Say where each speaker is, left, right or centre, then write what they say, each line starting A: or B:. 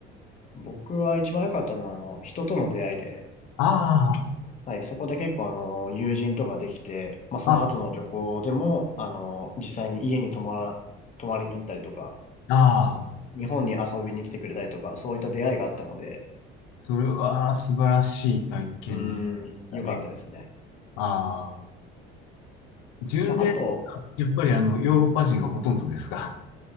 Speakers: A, on the left; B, on the left.
A: 僕は一番良かったのはあの、人との出会いで、
B: あ
A: はい、そこで結構あの、友人とかできて、まあその後の旅行でも、
B: あ、
A: あの、実際に家に泊まら、泊まりに行ったりとか、
B: ああ、
A: 日本に遊びに来てくれたりとか、そういった出会いがあったので、
B: それは素晴らしい体験
A: うん、
B: だね。
A: 良かったですね。
B: ああ。巡礼がやっぱりあの、
A: まあ、あと、
B: ヨーロッパ人がほとんどですが、